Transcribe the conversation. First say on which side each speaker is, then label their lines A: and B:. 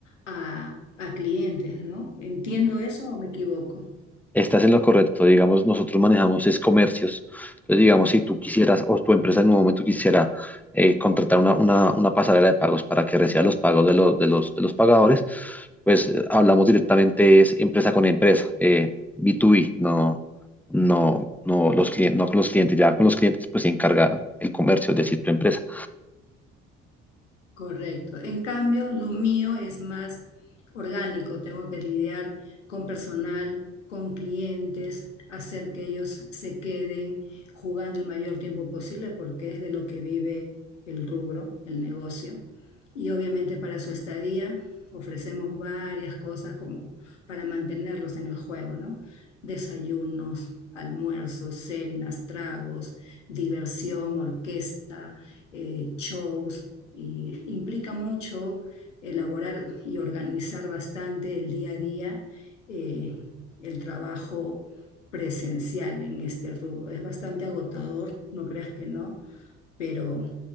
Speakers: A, on the left (about 80°); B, in the centre.
A: a, a clientes, ¿no? ¿Entiendo eso o me equivoco?
B: estás en lo correcto. Digamos, nosotros manejamos es comercios. Entonces, digamos, si tú quisieras o tu empresa en un momento quisiera eh, contratar una, una, una pasarela de pagos para que reciba los pagos de, los de, los, de los pagadores, pues eh, hablamos directamente es empresa con empresa, eh, B2B, no, no, no, los clientes, no con los clientes. Ya con los clientes, pues se encarga el comercio, es decir, tu empresa.
A: Correcto. En cambio, lo mío es más orgánico. Tengo que lidiar con personal, con clientes, hacer que ellos se queden jugando el mayor tiempo posible porque es de lo que vive el rubro, el negocio. Y obviamente para su estadía ofrecemos varias cosas como para mantenerlos en el juego, ¿no? Desayunos, almuerzos, cenas, tragos, diversión, orquesta, eh, shows y implica mucho elaborar y organizar bastante el día a día eh, el trabajo presencial en este rubro. Es bastante agotador, no creas que no, pero